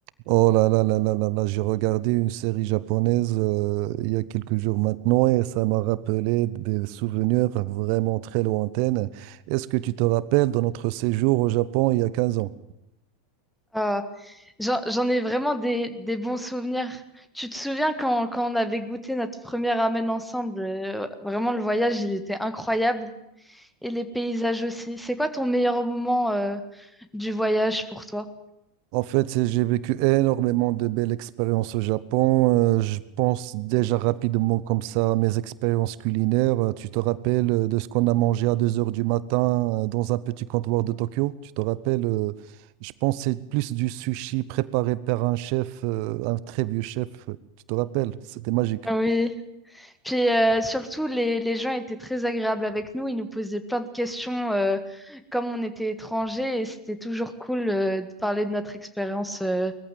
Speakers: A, on the right; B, in the centre.
A: Oh là là là là là là, j'ai regardé une série japonaise euh, il y a quelques jours maintenant et ça m'a rappelé des souvenirs vraiment très lointains. Est-ce que tu te rappelles de notre séjour au Japon il y a 15 ans?
B: Euh, j'en j'en ai vraiment des, des bons souvenirs. Tu te souviens quand, quand on avait goûté notre premier ramen ensemble, euh, vraiment le voyage, il était incroyable. Et les paysages aussi. C'est quoi ton meilleur moment, euh, du voyage pour toi?
A: En fait, c'est- j'ai vécu énormément de belles expériences au Japon. Euh, je pense déjà rapidement comme ça à mes expériences culinaires. Euh, Tu te rappelles euh, de ce qu'on a mangé à 2 heures du matin euh, dans un petit comptoir de Tokyo? Tu te rappelles, euh, je pense que c'est plus du sushi préparé par un chef, euh, un très vieux chef. euh, Tu te rappelles? C'était magique.
B: Oui. Puis euh, surtout, les, les gens étaient très agréables avec nous. Ils nous posaient plein de questions euh, comme on était étrangers et c'était toujours cool euh, de parler de notre expérience euh,